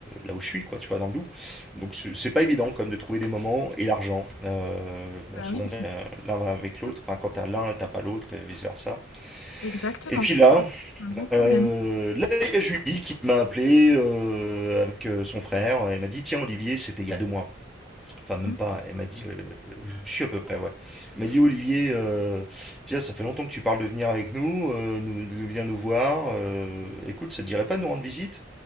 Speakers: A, in the centre; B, on the left.
A: là où je suis, quoi, tu vois, dans le Doubs. Donc c'est c'est pas évident comme de trouver des moments et l'argent. Euh, bon,
B: Bah
A: souvent
B: oui,
A: l'un l'un va avec
B: c'est sûr.
A: l'autre. Enfin, quand t'as l'un, t'as pas l'autre, et vice versa.
B: Exactement.
A: Et puis là,
B: Ouais, c'est un gros problème.
A: euh, là il y a Julie qui m'a appelé euh, avec euh, son frère. Elle m'a dit tiens Olivier, c'était il y a deux mois. Enfin même
B: Hmm.
A: pas. Elle m'a dit euh, je suis à peu près ouais. Elle m'a dit Olivier, euh, tiens ça fait longtemps que tu parles de venir avec nous, euh, nous de venir nous voir. Euh, écoute, ça te dirait pas de nous rendre visite?